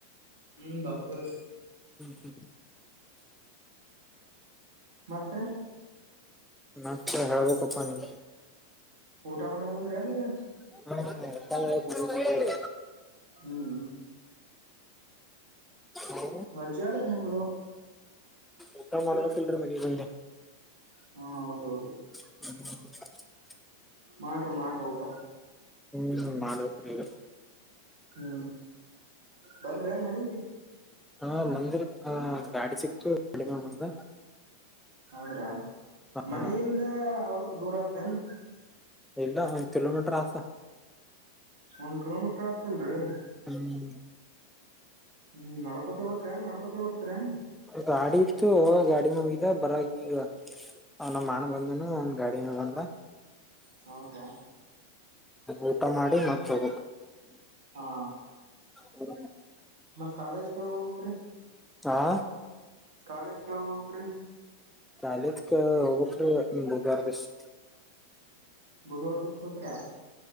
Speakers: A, on the right; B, in the centre.
A: ಹೂ ಬರ್ತವ್ರೀ
B: ಹೂ
A: ಮತ್ತೆರಿ
B: ಮತ್ತ ಹೇಳ್ಬೇಕಪ್ಪ ನಿ
A: ಊಟ ಮಾಡಕ್ ಬಂದ್ರಿ ನೀಗ
B: ಹೂ ಊಟ ಮಾಡಕ್ ಬಂದ್ವಿ
A: ಹ್ಮ್
B: ಹಲೋ
A: ವಜ್ಜ ಆದ್ರ ನಿಮ್ದು
B: ಊಟ ಮಾಡಬೇಕಇಲ್ರಿ ಮನೆಗೆ ಬಂದ
A: ಹಾ ಹೌದೌದು ರಿ
B: <inaudible>
A: ಮಾಡ್ರಿ ಮಾಡ್ರಿ ಊಟ
B: ಹೂ ಮಾಡಬೇಕ ಈಗ
A: ಹೂ ಬಂದ್ರಿ ಅ ಏನ್ ಮನಗೆ
B: ಹಾ ಮಂದಿರ ಹ ಗಾಡಿ ಸಿಕ್ತು ಗಾಡಿ ತಗೊಂಡು ಬಂದ
A: ಹೌದ್ರ
B: ಹಾ
A: ಮನೆಯಿಂದ ಹೊಲಕ್ ದೂರ ಆತೇನ್
B: ಇಲ್ಲ ಒಂದ್ ಕಿಲೋಮೀಟರ್ ಆಗ್ತಾ
A: ಒಂದ್ ಕಿಲೋಮೀಟ್ರ್ ಆಗ್ತಲ್ರರಿ
B: ಹೆಂಗ್ ಐತಿ
A: ಹೂ ನಡ್ಕೋತೇ ಹೋತ್ರೇನ್ ನಡ್ಕೋತೆ ಬರ್ತರ ೇನ್
B: ಗಾಡಿ ಇಷ್ಟು ಗಾಡಿ ಮುಗಿದ ಬರಗ ಈಗ ಅವ ನಮ್ಮ್ ಅಣ್ಣ ಬಂದೇನು ಒಂದ ಗಾಡಿನ ಬಂದ
A: ಹೌದ್ರಾ
B: ಊಟ ಮಾಡಿ ಮ ತಗೋು
A: ಹಾ
B: ಹೂ
A: ಮತ್ ಕಾಲೇಜ್ಕ ಹೋಗ್ಬೇಕ್ರಿ
B: ಹಾ
A: ಕಾಲೇಜ್ಕ ಯಾವಾಗ ಹೋಗ್ಬೇಕ್ರಿ
B: ಕಾಲೇಜ್ ಹೋಗ್ಬೇಕ್ರಿ ಇನ್ನೂ ಒಂದು ಎರೆಡ ದಿವಸ
A: ಬುಧವಾರ ದಿವ್ಸ ಹೋತಿರಾ